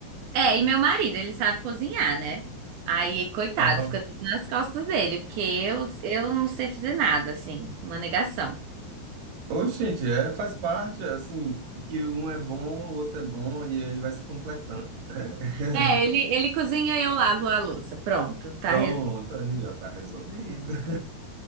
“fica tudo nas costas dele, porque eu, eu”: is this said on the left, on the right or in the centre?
Right